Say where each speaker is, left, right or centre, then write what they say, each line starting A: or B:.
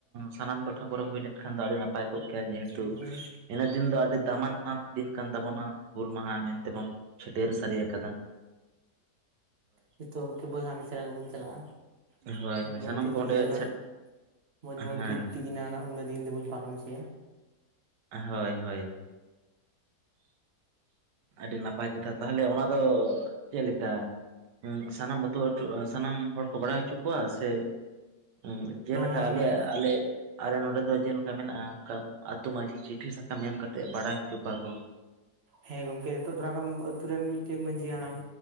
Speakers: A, on the right; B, on the right.
A: ᱥᱟᱱᱟᱢ ᱴᱚᱴᱷᱟ ᱠᱚᱨᱮᱜ ᱦᱩᱭ ᱞᱮᱱᱠᱷᱟᱱ ᱫᱚ ᱟᱹᱰᱤ ᱱᱟᱯᱟᱭ ᱠᱚᱜ ᱠᱮᱭᱟ, ᱡᱮᱦᱮᱛᱩ
B: ᱦᱳᱭ
A: ᱤᱱᱟᱹ ᱫᱤᱱ ᱫᱚ ᱟᱹᱰᱤ ᱫᱟᱢᱟᱱ ᱱᱟᱱ ᱫᱤᱱ ᱠᱟᱱ ᱛᱟᱵᱚᱱᱟ, ᱦᱩᱞ ᱢᱟᱦᱟ ᱢᱮᱱᱛᱮᱵᱚᱱ ᱪᱷᱴᱭᱟᱹᱨ ᱥᱟᱹᱨᱤᱭᱟ ᱠᱟᱫᱟ ᱾
B: ᱡᱷᱚᱛᱚ ᱠᱚᱜᱮ ᱵᱚᱭᱦᱟ ᱢᱤᱥᱨᱟ ᱠᱚᱵᱚᱱ ᱪᱟᱞᱟᱜᱼᱟ,
A: ᱦᱳᱭ
B: ᱢᱚᱡ
A: ᱦᱳᱭ
B: ᱢᱚᱡ
A: ᱥᱟᱱᱟᱢ
B: ᱪᱮᱫ
A: ᱠᱚ ᱚᱸᱰᱮ
B: ᱜᱮᱭᱟ ᱦᱟᱸᱜ
A: ᱥᱮᱴ
B: ᱾ ᱢᱚᱡ ᱢᱚᱡ
A: ᱦᱮᱸ
B: ᱠᱤᱫ ᱛᱤ ᱡᱤ ᱱᱟᱣᱟ ᱱᱟᱜ ᱩᱱᱟᱹᱜ ᱫᱤᱱ ᱛᱮᱵᱚᱱ ᱯᱟᱨᱚᱢ ᱦᱚᱪᱚᱭᱟ ᱾
A: ᱦᱳᱭ ᱦᱳᱭ ᱾ ᱟᱹᱰᱤ ᱱᱟᱯᱟᱭ ᱠᱟᱛᱷᱟ ᱛᱟᱦᱚᱞᱮ ᱚᱱᱟ ᱫᱚ ᱪᱮᱫ ᱞᱮᱠᱟ? ᱥᱟᱱᱟᱢ ᱟᱹᱛᱩ ᱥᱟᱱᱟᱢ ᱦᱚᱲ ᱠᱚ ᱵᱟᱲᱟᱭ ᱦᱚᱪᱚ ᱠᱚᱣᱟ ᱥᱮ ᱦᱩᱸ ᱡᱮᱞᱮᱠᱟ
B: ᱵᱟᱝ
A: ᱟᱞᱮ ᱟᱞᱮ ᱟᱞᱮ ᱱᱚᱰᱮ ᱫᱚ ᱪᱮᱫ ᱞᱮᱠᱟ ᱢᱮᱱᱟᱜᱼᱟ ᱚᱱᱠᱟ ᱟᱛᱳ ᱢᱟᱺᱡᱷᱤ ᱪᱤᱴᱷᱤ ᱥᱟᱠᱟᱢ ᱮᱢ ᱠᱟᱛᱮᱫ ᱵᱟᱲᱟᱭ ᱦᱚᱪᱚ ᱠᱚᱣᱟᱠᱚ ᱾
B: ᱦᱮᱸ ᱜᱚᱢᱠᱮ ᱱᱤᱛᱚᱜ ᱫᱚᱨᱟ ᱠᱚᱢ ᱟᱹᱛᱩ ᱨᱮᱱ ᱢᱤᱫᱴᱮᱡ ᱢᱟᱺᱡᱷᱤ ᱦᱟᱲᱟᱢ,